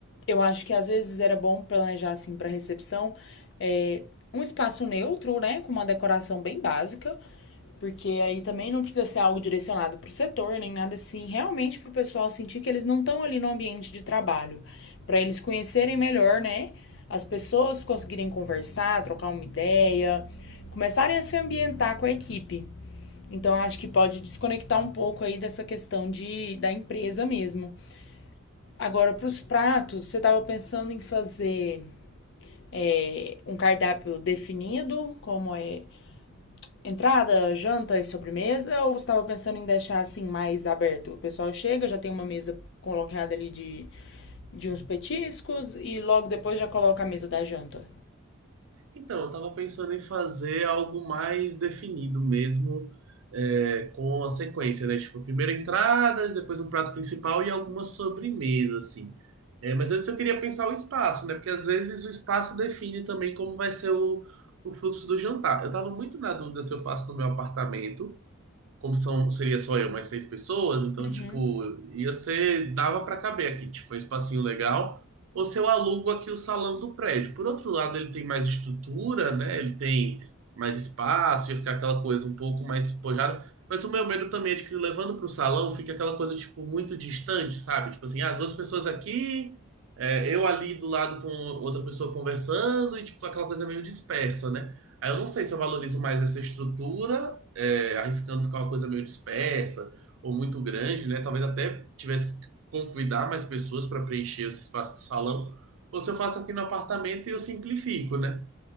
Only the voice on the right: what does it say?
Então, eu estava pensando em fazer algo mais definido mesmo, é, com a sequência, né? Tipo, primeiro entradas, depois um prato principal e alguma sobremesa, assim. É, mas antes eu queria pensar o espaço, né? Porque às vezes o espaço define também como vai ser o, o fluxo do jantar. Eu estava muito na dúvida se eu faço no meu apartamento como são, seria só eu, mais seis pessoas, então,
tipo, ia ser, dava pra caber aqui, tipo, um espacinho legal, ou se eu alugo aqui o salão do prédio. Por outro lado, ele tem mais estrutura, né? Ele tem mais espaço, ia ficar aquela coisa um pouco mais pojada. Mas o meu medo também é de que levando pro salão fica aquela coisa, tipo, muito distante, sabe? Tipo assim, ah, duas pessoas aqui, é, eu ali do lado com outra pessoa conversando, e, tipo, aquela coisa meio dispersa, né? Aí eu não sei se eu valorizo mais essa estrutura é, arriscando ficar uma coisa meio dispersa ou muito grande, né? Talvez até tivesse que convidar mais pessoas para preencher esse espaço de salão, ou se eu faço aqui no apartamento e eu simplifico, né?